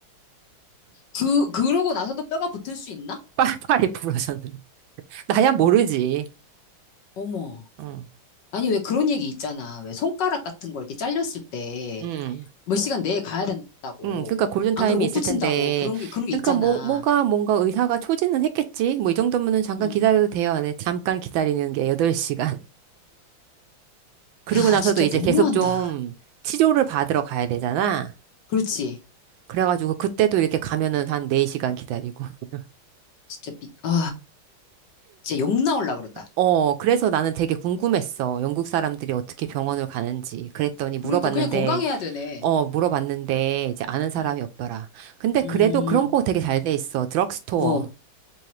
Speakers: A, on the left (about 60°); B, on the right (about 75°).
A: 그, 그러고 나서도 뼈가 붙을 수 있나?
B: <laughs> 팔이 부러졌는데. 나야 모르지.
A: 어머.
B: 응,
A: 아니, 왜 그런 얘기 있잖아. 왜 손가락 같은 거 이렇게 잘렸을 때
B: 응,
A: 몇 시간 내에 가야 된다고.
B: 응. 그러니까 골든타임이
A: 안 그러면 못
B: 있을
A: 붙인다고.
B: 텐데.
A: 그런 게, 그런 게
B: 그러니까
A: 있잖아.
B: 뭐, 뭐가, 뭔가 의사가 초진은 했겠지. 뭐, 이 정도면은 잠깐
A: 음.
B: 기다려도 돼요. 근데 잠깐 기다리는 게 8시간. 그리고
A: 야,
B: <laughs> 나서도
A: 진짜
B: 이제
A: 너무한다.
B: 계속 좀 치료를 받으러 가야 되잖아.
A: 그렇지.
B: 그래가지고 그때도 이렇게 가면은 한 4시간 기다리고. <laughs>
A: 진짜 미, 아, 진짜 욕 나올라 그러다.
B: 어, 그래서 나는 되게 궁금했어. 영국 사람들이 어떻게 병원을 가는지. 그랬더니 물어봤는데,
A: 그러니까 그냥 건강해야 되네.
B: 어, 물어봤는데 이제 아는 사람이
A: 음,
B: 없더라. 근데
A: 음,
B: 그래도 그런 거 되게 잘 돼 있어. 드럭스토어.
A: 뭐.